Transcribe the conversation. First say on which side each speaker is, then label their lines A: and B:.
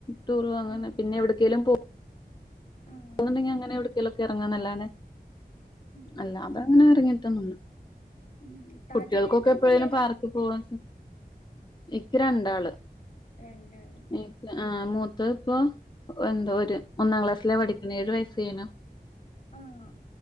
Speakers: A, on the left (about 25°); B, on the left (about 55°).
A: ടൂറും അങ്ങനെ
B: ആഹ്
A: പിന്നെ എവിട്ക്കേലും പോ
B: ആഹ്
A: പോവുന്നുങ്കി അങ്ങനെ എവിടക്കേലൊക്കെ ഇറങ്ങാന്നല്ലാതെ
B: ഉം ഉം
A: അല്ലാതെ അങ്ങനെ ഇറങ്ങി ട്ടോന്നുല്ല
B: ഉം താത്തക്ക്
A: കുട്ട്യോൾക്കൊക്കെ
B: എത്ര
A: എപ്പോഴേലും
B: പിള്ളേരാ
A: പാർക്ക് പോവാ ഇക്ക് രണ്ടാള്.
B: രണ്ടാള്.
A: എനിക്ക് ആ മൂത്തത് ഇപ്പൊ എന്തോ ഒരു ഒന്നാം ക്ലാസ്സിലാ പഠിക്ക്ണത് ഏഴു വയസ് കെയ്ഞ്ഞു.
B: ആഹ്.